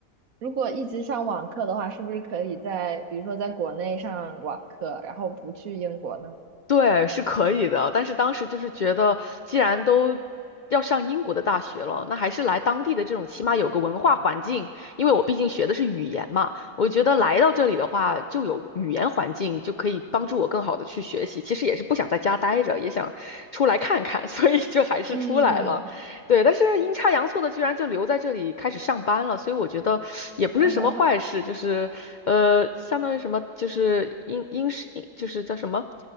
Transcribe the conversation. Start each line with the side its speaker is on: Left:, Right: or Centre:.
Right: 如果一直上网课的话，是不是可以在比如说在国内上网课，然后不去英国呢？
Left: 对，是可以的，但是当时就是觉得，既然都要上英国的大学了，那还是来当地的这种，起码有个文化环境。因为我毕竟学的是语言嘛，我觉得来到这里的话，就有语言环境，就可以帮助我更好的去学习。其实也是不想在家待着，也想出来看看，<laughs> 所以就还是出来了。
Right: 嗯，
Left: 对，但是阴差阳错的，居然就留在这里开始上班了，所以我觉得也不是什么坏事，
Right: <laughs>
Left: 就是呃，相当于什么，就是英英式，就是叫什么？